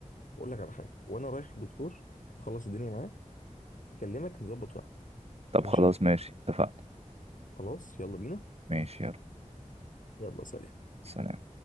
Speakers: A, on the left; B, on the right.
A: هقول لك على حاجه وانا رايح للدكتور هخلص الدنيا معاه هكلمك نظبط وقت
B: طب
A: ماشي
B: خلاص ماشي اتفقنا
A: خلاص يلا بينا
B: ماشي يلا
A: يلا سلام
B: سلام